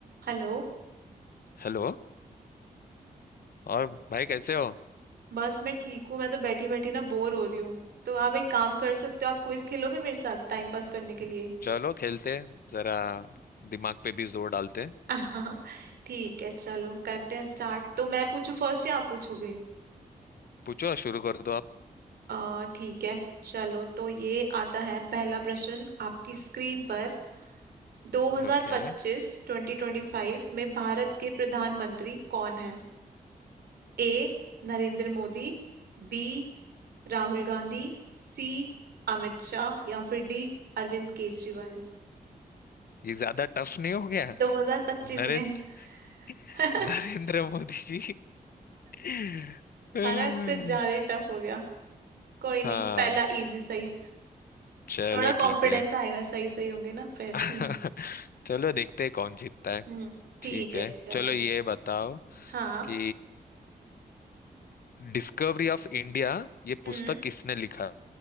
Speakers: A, on the right; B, on the left.
A: Hello
B: Hello और भाई कैसे हो
A: बस मैं ठीक हूँ मैं तो बैठी बैठी ना बोर हो रही हूँ तो आप एक काम कर सकते हो आप क्विज खेलोगे मेरे साथ टाइम पास करने के लिए
B: चलो खेलते हैं, जरा दिमाग पे भी जोर डालते हैं।
A: <laughs> ठीक है चलो करते हैं स्टार्ट तो मैं पूछू फर्स्ट या आप पूछोगे
B: पूछो शुरू कर दो आप
A: अ, ठीक है चलो तो ये आता है पहला प्रश्न आपकी स्क्रीन पर 2025-2025
B: ओके
A: में भारत के प्रधानमंत्री कौन है A Narendra Modi B Rahul Gandhi C Amit Shah या फिर डी अरविंद केजरीवाल
B: ये ज्यादा टफ नहीं हो गया
A: 2025
B: नरेंद्र
A: में <laughs> है
B: नरेंद्र मोदी जी <laughs>
A: ना कुछ ज्यादा ही टफ हो गया कोई
B: हाँ
A: नहीं पहला इजी सही
B: चलो
A: थोड़ा कॉन्फिडेंस
B: ठीक है
A: आएगा सही सही होंगे ना फिर
B: <laughs>
A: हम्म
B: चलो देखते हैं कौन जीतता है
A: हम्म ठीक
B: ठीक
A: है
B: है
A: चलो
B: चलो ये बताओ
A: हाँ
B: कि डिस्कवरी ऑफ इंडिया ये
A: हम्म
B: पुस्तक किसने लिखा